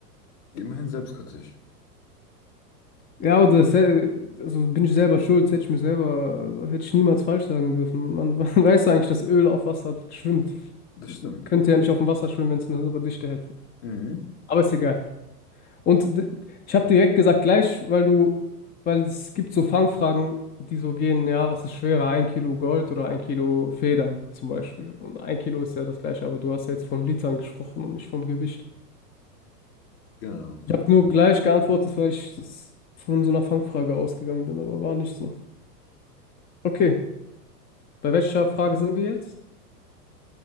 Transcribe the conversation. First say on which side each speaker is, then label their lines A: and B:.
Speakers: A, on the left; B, on the left.
A: Immerhin selbstkritisch.
B: Ja, aber das, hä- also bin ich selber schuld, hätte ich mir selber, also hätte ich niemals falsch sagen dürfen. Man <laughs> weiß eigentlich, dass Öl auf Wasser schwimmt.
A: Das stimmt.
B: Könnte ja nicht auf dem Wasser schwimmen, wenn es eine höhere Dichte hätte.
A: Mhm.
B: Aber ist egal. Und d- ich habe direkt gesagt gleich, weil du, weil es gibt so Fangfragen, die so gehen, ja, was ist schwerer, ein Kilo Gold oder ein Kilo Federn zum Beispiel. Und ein Kilo ist ja das gleiche, aber du hast ja jetzt von Litern gesprochen und nicht vom Gewicht.
A: Genau.
B: Ich habe nur gleich geantwortet, weil ich das von so einer Fangfrage ausgegangen bin, aber war nicht so. Okay, bei welcher Frage sind wir jetzt?